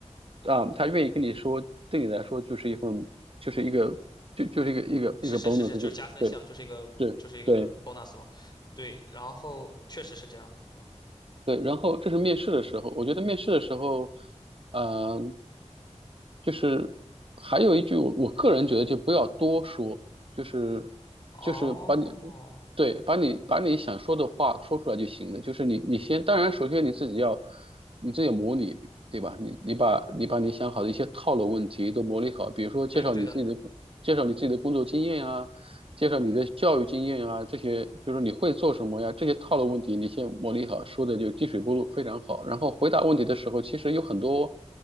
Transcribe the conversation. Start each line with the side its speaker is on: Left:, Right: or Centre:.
Right: 啊，他愿意跟你说，对你来说就是一份就是一个就就是一个一个一个
Left: 是是是是，
Right: bonus，
Left: 就是加分项，
Right: 就对
Left: 就是一个就是一个
Right: 对对。
Left: bonus 嘛。对，然后确实是这样的，嗯
Right: 对，然后这是面试的时候，我觉得面试的时候，
Left: 嗯，
Right: 嗯、就是还有一句我，我个人觉得就不要多说，就是
Left: 哦，
Right: 就是把你对把你把你想说的话说出来就行了。就是你你先，当然首先你自己要你自己模拟，对吧？你你把你把你想好的一些套路问题都模拟好，比如说介绍你自己的
Left: 对的对的，
Right: 介绍你自己的工作经验啊，介绍你的教育经验啊，这些就是你会做什么呀？这些套路问题你先磨砺好，说的就滴水不漏，非常好。然后回答问题的时候，其实有很多，